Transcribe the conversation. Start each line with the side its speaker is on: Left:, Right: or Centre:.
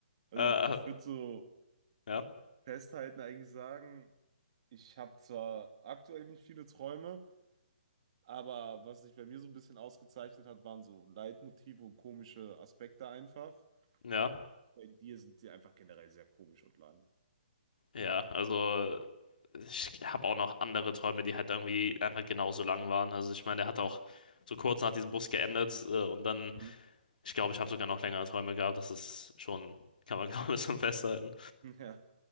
Right: also
Left: Äh,
Right: ich würde so
Left: ja,
Right: festhalten eigentlich sagen, ich habe zwar aktuell nicht viele Träume, aber was sich bei mir so ein bisschen ausgezeichnet hat, waren so Leitmotive und komische Aspekte einfach.
Left: ja,
Right: Bei dir sind die einfach generell sehr komisch und lang.
Left: ja. Also ich habe auch noch andere Träume, die halt irgendwie einfach genauso lang waren. Also ich meine, er hat auch so kurz nach diesem Bus geendet äh, und dann,
Right: Mhm.
Left: ich glaube, ich habe sogar noch längere Träume gehabt. Das ist schon, kann man <laughs> glaube ich schon festhalten.
Right: <laughs> Ja.